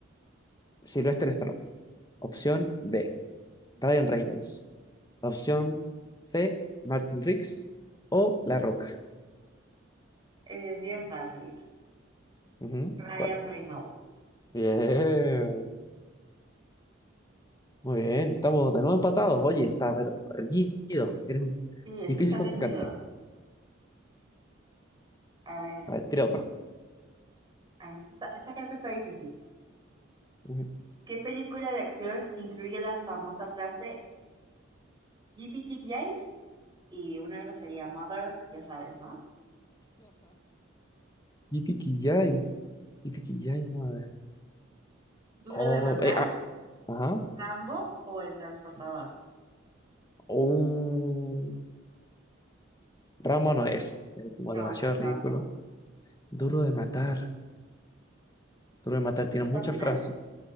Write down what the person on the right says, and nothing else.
Es bien fácil.
Ryan
Reynolds.
Sí, esto
está
reñido. A ver,
a ver, esta, está- esta creo que está difícil.
¿Qué película de acción incluye la famosa frase yippee Ki Yay" y una grosería mother, ya sabes, ¿no?
¿Duro
de matar,
Rambo o El Transportador?
No,
no es Rambo.
Respuesta
final,